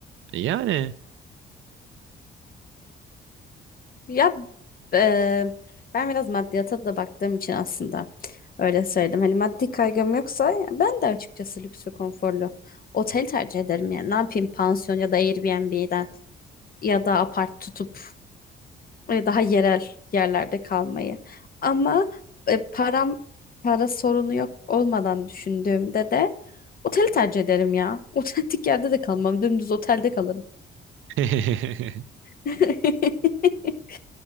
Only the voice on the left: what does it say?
Ya eee, ben biraz maddiyata da baktığım için aslında öyle söyledim. Hani maddi kaygım yoksa ben de açıkçası lüks ve konforlu otel tercih ederim. Yani ne yapayım pansiyon ya da Airbnb'den ya da apart tutup e, daha yerel yerlerde kalmayı. Ama e, param para sorunu yok olmadan düşündüğümde de oteli tercih ederim ya. <laughs> Otentik yerde de kalmam. Dümdüz otelde kalırım.
<laughs>